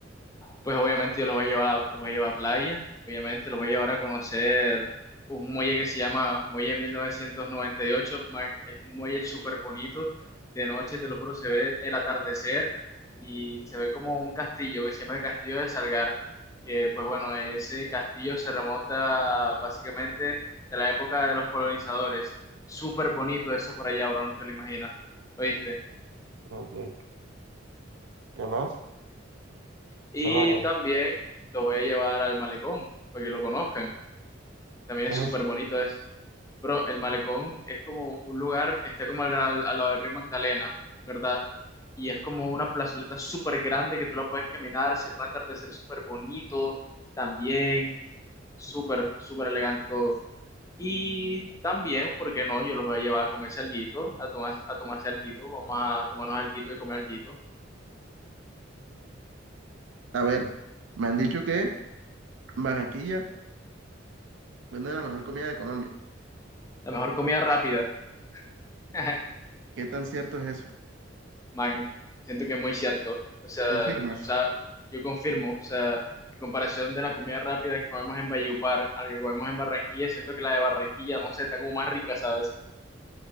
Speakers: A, on the left (about 15°); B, on the right (about 70°).
A: pues obviamente yo los voy a llevar a, los voy a llevar a playa, obviamente los voy a llevar a conocer un muelle que se llama Muelle 1998, ma- es un muelle súper bonito, de noche, te lo juro, se ve el atardecer y se ve como un castillo que se llama el Castillo de Salgar, que pues bueno, ese castillo se remonta básicamente de la época de los colonizadores, súper bonito eso por allá, bro, ni te lo imaginas, ¿oíste?
B: Como ¿Qué más?
A: Y
B: Suena bien.
A: también lo voy a llevar al malecón, para que lo conozcan. También
B: ¿Qué
A: es súper
B: es eso?
A: bonito eso. Bro, el malecón es como un lugar que está como al, ra- al lado del río Magdalena, ¿verdad? Y es como una plazoleta súper grande que tú la puedes caminar, se va a atardecer súper bonito también. Súper, súper elegante todo. Y también, ¿por qué no? Yo los voy a llevar a comerse alguito, a, tomar, a tomarse alguito. Vamos a tomarnos alguito y comer alguito.
B: A ver, me han dicho que en Barranquilla vende la mejor comida de Colombia.
A: La mejor comida rápida. <laughs>
B: ¿Qué tan cierto es eso?
A: Man, siento que es muy cierto. O sea,
B: ¿Confirmas?
A: tú sa- yo confirmo. O sea, en comparación de la comida rápida que comemos en Valledupar a la que comemos en Barranquilla, siento que la de Barranquilla, no sé, está como más rica, ¿sabes?